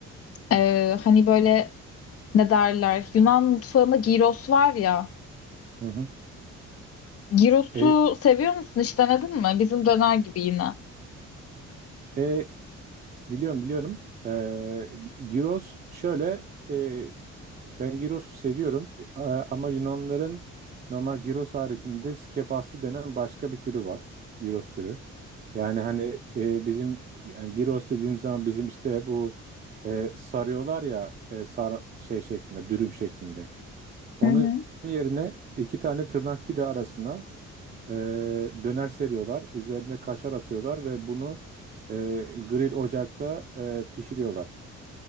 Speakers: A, on the left; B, on the right.
A: Ee,
B: Hı.
A: hani böyle ne derler Yunan mutfağında gyros var ya.
B: Hı
A: Gyrosu
B: E,
A: seviyor musun? Hiç denedin mi? Bizim döner gibi yine.
B: e, biliyorum biliyorum. E, gi- gyros şöyle e, Ben Giros'u seviyorum E, ama Yunanların normal Giros haricinde skepasti denen başka bir türü var. Giros türü. Yani hani e, bizim yani Giros dediğimiz zaman bizim işte bu e, sarıyorlar ya e, sar şey şeklinde, dürüm şeklinde. Onun
A: Hı hı.
B: yerine iki tane tırnak pide arasına e, döner seriyorlar. Üzerine kaşar atıyorlar ve bunu e, grill ocakta e, pişiriyorlar.